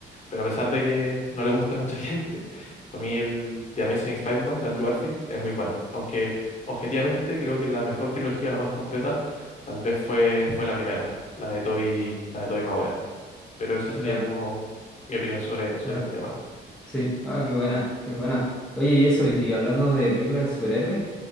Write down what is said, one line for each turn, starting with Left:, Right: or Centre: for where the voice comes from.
Left: pero a pesar de que no le gusta a mucha <laughs> gente, para mí el The Amazing Spider-Man de Andrew Garfield es muy buena. Aunque objetivamente creo que la mejor trilogía, la más completa, tal vez fue, fue la primera, la de Tobey, la de Tobey Maguire. Pero eso sería
Centre: Ya,
Left: como mi opinión sobre, sobre
Centre: ya.
Left: el tema.
Centre: Sí. Ah, qué buena, qué buena. Oye, y eso, y hablando de películas de superhéroes,